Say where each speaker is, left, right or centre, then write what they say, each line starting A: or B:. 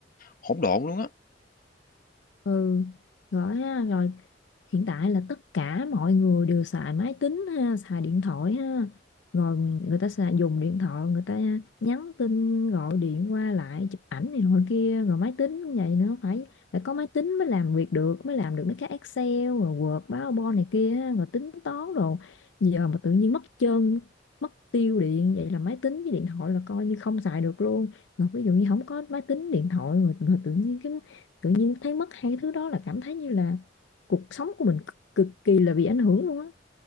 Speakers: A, on the left; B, on the left.
A: hỗn độn luôn á.
B: ừ rồi ha rồi hiện tại là tất cả mọi người đều xài máy tính ha xài điện thoại ha rồi người ta xài dùng điện thoại người ta nhắn tin gọi điện qua lại chụp ảnh này nọ kia rồi máy tính cũng vậy nữa phải phải có máy tính mới làm việc được mới làm được mấy cái Excel rồi Word PowerPoint này kia ha, rồi tính toán rồi giờ mà tự nhiên mất chân mất tiêu điện vậy là máy tính với điện thoại là coi như không xài được luôn rồi ví dụ như không có máy tính điện thoại rồi, rồi tự nhiên cái tự nhiên thấy mất hai cái thứ đó là cảm thấy như là cuộc sống của mình cực, cực kỳ là bị ảnh hưởng luôn á